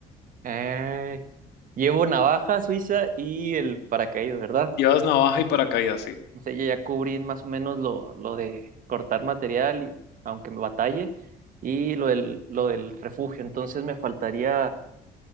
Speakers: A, on the right; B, on the left.
A: Eh, llevo navaja suiza y el paracaídas, ¿verdad?
B: Llevas navaja y paracaídas, sí.
A: O sea, yo ya cubrí más o menos lo, lo de cortar material, y, aunque me batalle, y lo del, lo del refugio. Entonces me faltaría